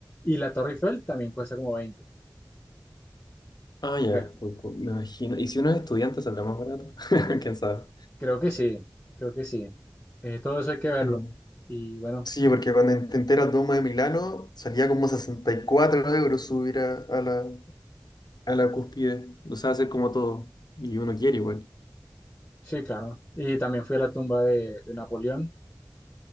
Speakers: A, on the left; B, on the left.
A: Y la Torre Eiffel también cuesta como 20.
B: Ah, ya,
A: Creo,
B: cu- cu- me imagino. ¿Y si uno es estudiante saldrá más barato? <laughs> ¿Quién sabe?
A: creo que sí, creo que sí. Eh, todo eso hay que verlo.
B: Mm.
A: Y bueno,
B: Sí, porque cuando intenté la Doma de Milano salía como 64 euros subir a, a la... A la cúspide, o sea, hacer como todo. Y uno quiere igual.
A: sí, claro. Y también fui a la tumba de de Napoleón.